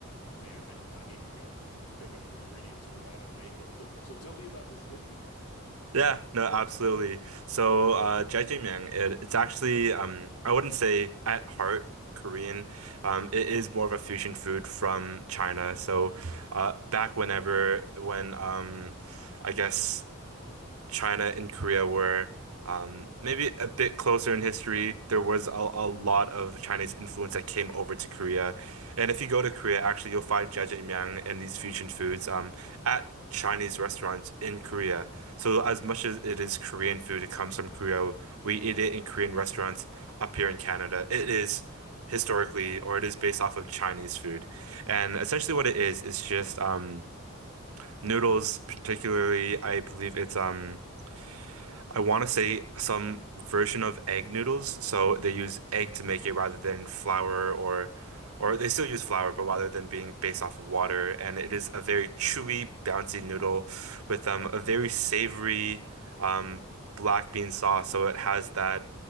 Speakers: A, on the left (about 80°); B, on the right (about 85°).
A: man, I I need to go pick up the ingredients for that and make it. So so tell me about this dish you're talking about.
B: Yeah, no, absolutely. So, uh, jjajangmyeon, it, it's actually, um, I wouldn't say at heart Korean. Um, it is more of a fusion food from China. So, uh, back whenever, when, um, I guess. China and Korea were um, maybe a bit closer in history. There was a, a lot of Chinese influence that came over to Korea. And if you go to Korea, actually, you'll find jjajangmyeon and these fusion foods um, at Chinese restaurants in Korea. So as much as it is Korean food, it comes from Korea. We eat it in Korean restaurants up here in Canada. It is historically, or it is based off of Chinese food. And essentially what it is, is just um, noodles, particularly, I believe it's um, I want to say some version of egg noodles. So they use egg to make it rather than flour or or they still use flour, but rather than being based off of water. And it is a very chewy, bouncy noodle with um, a very savory um, black bean sauce. So it has that